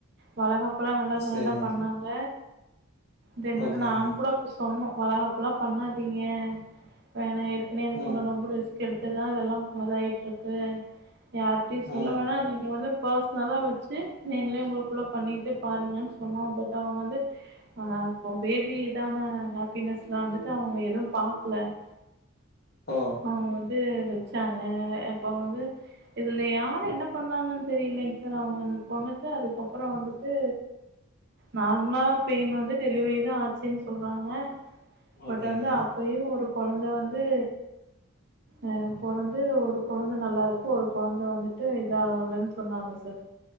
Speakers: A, on the right; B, on the left.
A: வளகாப்பெல்லா நல்லா க்ராண்டா
B: சரிங்க
A: பண்ணாங்க தென்
B: ஓகேங்க
A: வந்து நாங் கூட போய் சொன்னோ வளகாப்பெல்லா பண்ணாதீங்க வேணா எ சன்னயா இது
B: ம்
A: பொண்ணு ரொம்ப ரிஸ்க் எடுத்துதா இதெல்லா பதாயிட்டு இருக்கு யார்ட்டயயு சொல்ல
B: ம்
A: வேணா நீங்க வந்து பேர்சனலா வெச்சு நீங்களே உங்குளு இவ்ளோ பண்ணிட்டு பாருங்கன்னு சொன்னோ அப்ப அவ்ங்க வந்து ஆ இப்ப பேபி இதான ஹாப்பினஸ் லா வந்துட்டு அவ்ங்க எது பாக்ல <inaudible>
B: ஓ
A: அவ்ங்க வந்து வெச்சாங்க அப்போ வந்து இதுல யாரு என்ன பண்ணாங்கன் தெரியில்லெங்க சார் அவ்ங்க வந் பொண்ணுக்கு அதுக்கப் பறோ வந்துட்டு நார்மலா பெய்ன் வந்து டெலிவரி தா ஆச்சுன்னு சொல்றாங்க பட்
B: ஓகேங்க
A: வந்து அ அப்பயு ஒரு கொழந்த வந்து அ பொறந்து ஒரு கொழந்த நல்லா இருக்கு ஒரு கொழந்த வந்துட்டு இது ஆகலன்னு சொன்னாங்க சார்